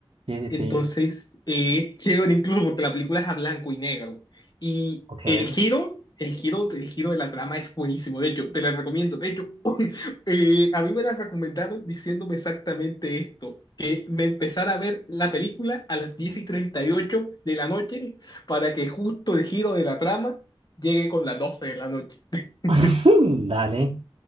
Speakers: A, on the right (about 70°); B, on the left (about 45°).
A: Sí,
B: Entonces,
A: sí, sí.
B: eh, es chévere incluso porque la película es a blanco y negro. Y
A: Ok.
B: el giro, el giro, el giro de la trama es buenísimo. De hecho, te la recomiendo. De hecho, <laughs> eh, a mí me la recomendaron diciéndome exactamente esto. Que me empezara a ver la película a las 10 y 38 de la noche para que justo el giro de la trama llegue con las doce de la noche. <laughs>
A: <laughs> Mm, Dale.